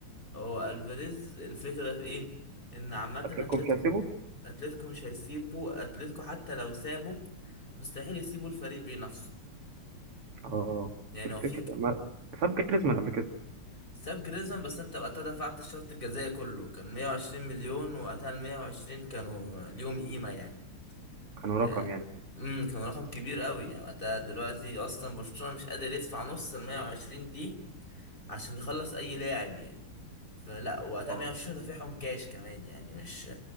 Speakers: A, on the left; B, on the right.
A: هو الفاريز الفكرة في ايه ان عامة
B: اتلتيكو
A: اتلتيكو
B: مش هيسيبه
A: اتلتيكو مش هيسيبه اتلتيكو حتى لو سابه مستحيل يسيبوا الفريق بنفسه
B: اه
A: يعني
B: تفتكر
A: هو فيك
B: ما ساب جريزمان قبل كده
A: ساب جريزمان بس انت وقتها دفعت الشرط الجزائي كله كان 120 مليون وقتها ال 120 كانوا ليهم قيمة يعني
B: كانوا رقم
A: آه،
B: يعني
A: امم كان رقم كبير قوي يعني وقتها دلوقتي اصلا برشلونة مش قادر يدفع نص ال 120 دي عشان يخلص اي لاعب يعني فلا وقتها
B: اه
A: 120 دافعهم كاش كمان يعني مش